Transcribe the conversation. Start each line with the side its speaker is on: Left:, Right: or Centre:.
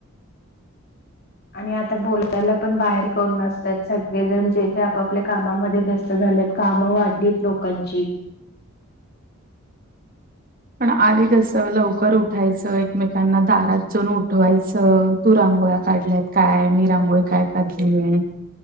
Left: आणि आता बोलायला पण बाहेर कोण नसतात? सगळेजण जे ते आपापल्या कामामध्ये व्यस्त स्त झाल्यात काम वाढलीत लोकांची
Right: पण आधी कस लवकर उठायचं, एकमेकांना दारात जाऊन उठवायचं तू रांगोळ्या काढल्यात काय? मी रांगोळी काय काढली ए